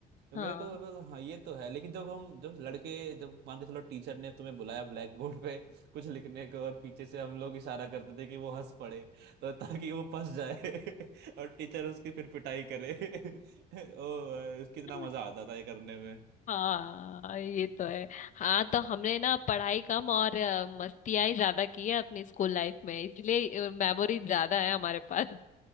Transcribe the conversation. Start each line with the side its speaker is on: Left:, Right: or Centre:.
Right: तो
Left: हाँ
Right: मेरे को मेरे को- हाँ ये तो है लेकिन जब हम जब लड़के जब मान के चलो टीचर ने तुम्हें बुलाया ब्लैक बोर्ड पे <laughs> कुछ लिखने को और पीछे से हम लोग इशारा करते थे कि वो हंस पड़े तो ताकि वो फंस जाए <laughs> और टीचर उसकी फिर पिटाई करे <laughs> ओ भाई, उसकी इतना
Left: <laughs>
Right: मजा आता था ये करने में
Left: हाँ ये तो है हाँ तो हमने ना पढ़ाई कम और अ, मस्तियाँ ही ज्यादा की है अपनी स्कूल लाइफ में इसलिए मेमोरी ज्यादा है हमारे पास